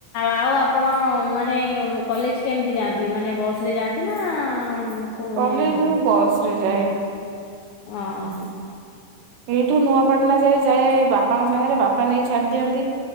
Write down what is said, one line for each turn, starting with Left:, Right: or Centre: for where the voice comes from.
Left: ଆଉ ଆପଣ ମାନେ କଲେଜ କେମିତି ଯାଆନ୍ତି ମାନେ ବସ ରେ ଯାଆନ୍ତି? ଏ ନା କୋଉ
Right: କଲେଜ
Left: ଇଏରେ ଯାଅ
Right: ମୁଁ ବସ ରେ ଯାଏ।
Left: ଓହୋ
Right: ଏଇଠୁ ନୂଆପାଟଣା ଯାଏ ଯାଏ ବାପାଙ୍କ ସାଙ୍ଗରେ ବାପା ନେଇ ଛାଡି ଦିଅନ୍ତି।